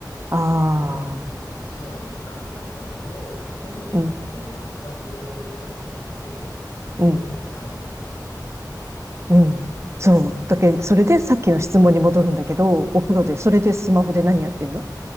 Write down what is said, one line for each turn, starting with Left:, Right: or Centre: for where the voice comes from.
Right: あー。
Left: なんかこう、シャワーでいっかみたいになっちゃうんだけど、そこに自分はスマホを導入したことによって、
Right: うん。
Left: お風呂めっちゃ楽しくなったんよ。
Right: うんうん。そう。
Left: そう。
Right: だけど、それでさっきの質問に戻るんだけど、お風呂で、
Left: うん。
Right: それでスマホで何やってんの